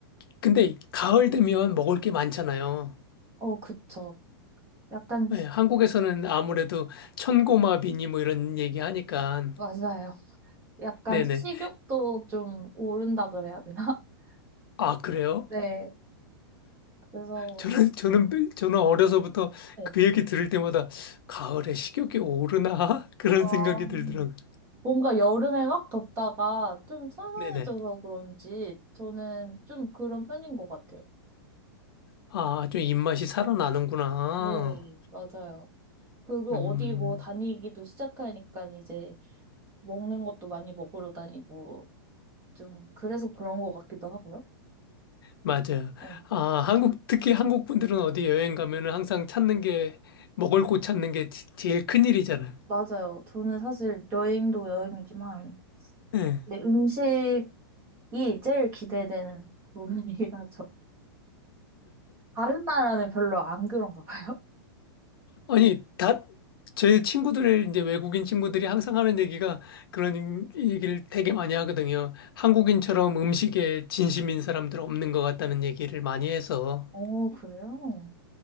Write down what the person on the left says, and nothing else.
근데 가을 되면 먹을 게 많잖아요.
네, 한국에서는 아무래도
천고마비니 뭐 이런 얘기 하니까.
네네.
아, 그래요?
저는, 저는, 저는 어려서부터
그 얘기 들을 때마다 가을에 식욕이 오르나? <laughs> 그런
생각이 들더라고요.
네네.
아, 좀 입맛이 살아나는구나.
음,
맞아요.
아, 한국, 특히 한국 분들은 어디 여행 가면은 항상 찾는 게, 먹을 곳 찾는 게 제- 제일 큰일이잖아요.
네.
아니, 다, 제 친구들, 이제 외국인 친구들이 항상 하는 얘기가 그런 얘기를 되게 많이 하거든요. 한국인처럼 음식에 진심인 사람들 없는 것 같다는 얘기를 많이 해서.